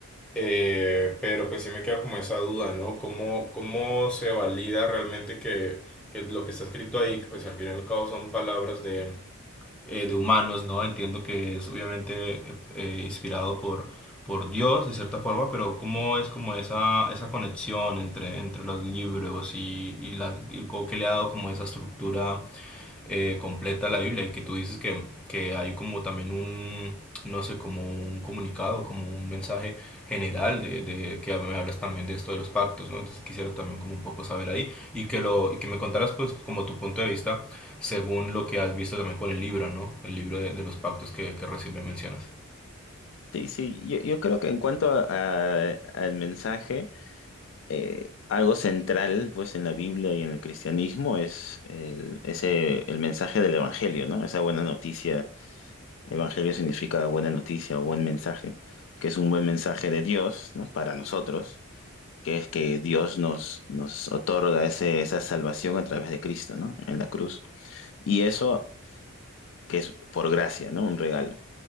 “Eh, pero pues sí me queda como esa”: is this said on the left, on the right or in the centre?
Centre